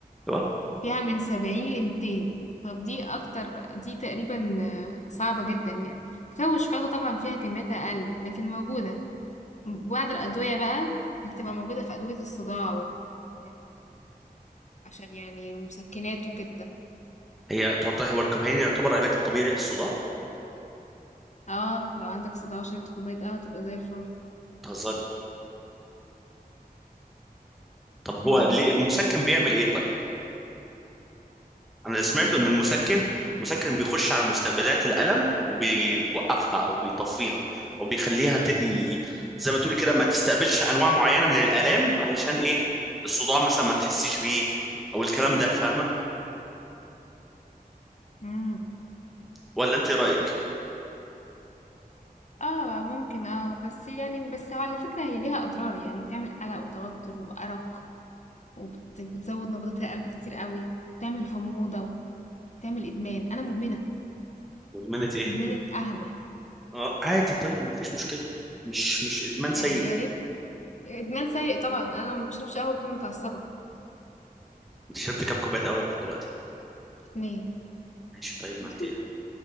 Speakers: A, in the centre; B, on the left (about 50°).
A: هو
B: فيها من 70 ل 200 طب دي اكتر دي تقريبا آه، صعبة جدا يعني كاكاو والشوكولاتة طبعا فيها كميات اقل لكن موجودة بعض الادوية بقى بتبقى موجودة في ادوية الصداع وال- آه، عشان يعني مسكنات وكده
A: هي تعطيه هو الكافيين يعتبر علاج طبيعي للصداع
B: اه لو عندك صداع وشربت كوباية قهوة تبقى زي الفل
A: تهزري طب هو
B: امم
A: ليه المسكن بيعمل ايه طيب انا اللي سمعته
B: مسكن
A: ان المسكن المسكن بيخش على مستقبلات الالم وبيوقفها او بيطفيها او بيخليها ت... ي- زي ما تقولي كده ما تستقبلش انواع معينه من الالام علشان ايه الصداع مثلا ما تحسيش بيه او الكلام ده فاهمه
B: امم
A: ولا انت ايه رايك
B: اه ممكن اه بس يعني بس هو على فكرة هي ليها اضرار يعني بتعمل قلق وتوتر وارق وبتزود نبضات القلب كتير قوي بتعمل حموضة تعمل إدمان، أنا مدمنة،
A: مدمنه ايه
B: مدمنة قهوة،
A: اه عادي طيب مفيش مشكله مش مش ادمان
B: يعني
A: سيء
B: يا ريت إدمان سيء طبعًا، أنا ما باشربش قهوة باكون متعصبة.
A: انت شربت كام كوبايه قهوه لحد دلوقتي
B: 2
A: ماشي طيب ما
B: <laughs>
A: انت ايه ده